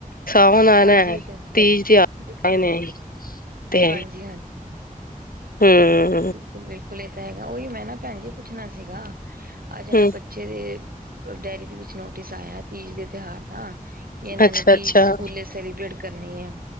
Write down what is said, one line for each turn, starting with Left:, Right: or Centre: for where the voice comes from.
Left: ਸਾਵਨ ਆਨਾ
Right: ਹਾਂਜੀ ਇਹ ਤਾਂ ਹੈ।
Left: ਤੀਜ਼ ਤੇ ਆਏ
Right: ਬਿਲਕੁਲ,
Left: ਨੇ। ਤੇ
Right: ਹਾਂਜੀ-ਹਾਂਜੀ
Left: ਹੂੰ
Right: ਬਿਲਕੁਲ-ਬਿਲਕੁਲ ਇਹ ਤਾਂ ਹੈਗਾ ਉਹੀ ਮੈਂ ਨਾ ਭੈਣ ਜੀ ਪੁੱਛਣਾ ਸੀਗਾ ਅੱਜ ਨਾ
Left: ਹੂੰ
Right: ਬ ਬੱਚੇ ਦੇ ਡੇਰੀ ਦੇ ਵਿੱਚ ਨੋਟਿਸ ਆਇਆ ਤੀਜ ਦੇ ਤਿਉਹਾਰ ਦਾ ਕਿ ਇਹਨਾਂ
Left: ਅੱਛਾ
Right: ਨੇ ਤੀਜ਼
Left: ਅੱਛਾ
Right: ਸਕੂਲੇ ਸੈਲੀਬ੍ਰੇਟ ਕਰਨੀ ਐ